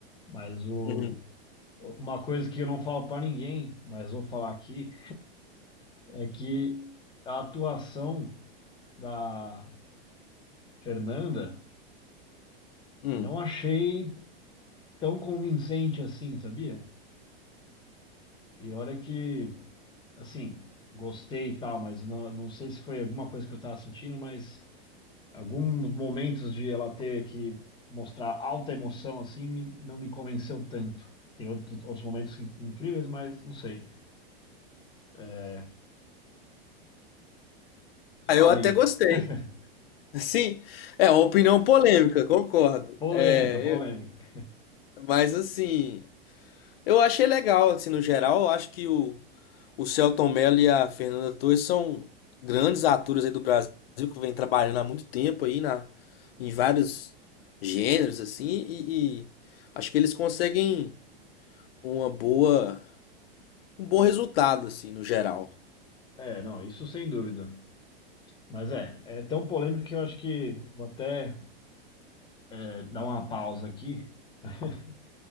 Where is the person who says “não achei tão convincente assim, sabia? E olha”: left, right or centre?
Left